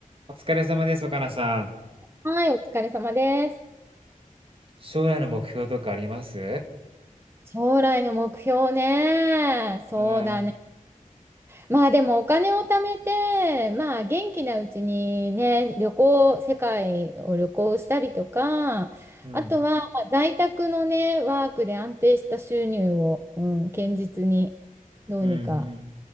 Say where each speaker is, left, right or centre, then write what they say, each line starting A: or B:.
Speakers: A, on the right; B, on the right.
A: お疲れ様です、若菜さん。
B: はい、お疲れ様です。
A: 将来の目標とかあります
B: 将来の目標ね。そうだね。
A: うん、
B: まあでもお金を貯めて、まあ元気なうちにね、旅行、世界を旅行したりとか、
A: うん、
B: あとはまあ在宅のね、ワークで安定した収入を、うん、堅実にどうにか。
A: うん、うん。